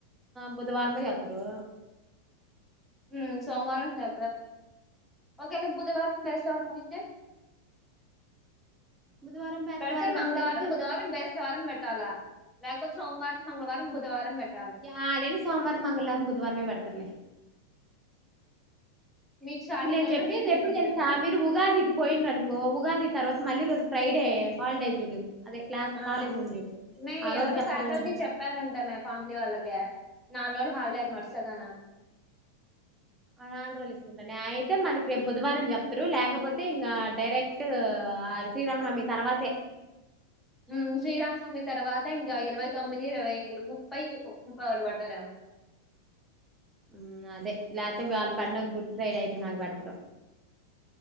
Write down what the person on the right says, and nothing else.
బుధవారమో చెప్తారు
బుధవారం బేస్తవారం
అసలు ఎట్ట చెప్తారు
యాడైన సోమవారం మంగళవారం బుధవారమే పెడుతరులే
ఇప్పుడు నేను
చెప్పేది
ఎప్పుడు
తెలుసా
మీరు ఉగాది పోయిండ్ర అనుకో ఉగాది తర్వాత మళ్ళీ రోజు ఫ్రైడే హాలిడే చూడు అదే క్లాస్
కాలేజ్ ఉంది చూడు
ఆ రోజు
చెప్తారా
మన
ఆ నాలుగు రోజులు ఇస్తుంటాను న అయితే మనకి రేపు బుధవారం చెప్తరు లేకపోతే ఇంకా డైరెక్ట్ ఆ శ్రీరామనవమి తర్వాతే
హ్మ్ అదే లేకపోతే వాళ్ళ పండగ గుడ్ ఫ్రైడే అయిపోయినాక పెడతారు